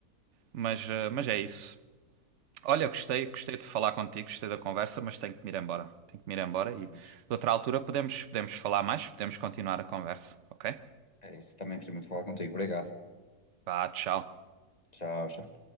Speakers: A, on the right; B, on the left.
A: Mas, eh, mas é isso. Olha, gostei, gostei de falar contigo, gostei da conversa, mas tenho que me ir embora. Tenho que me ir embora e
B: Juntos.
A: de outra altura podemos, podemos falar mais, podemos continuar a conversa, ok?
B: É isso, também gostei muito de falar contigo, obrigado,
A: Vá, tchau.
B: tchau, tchau.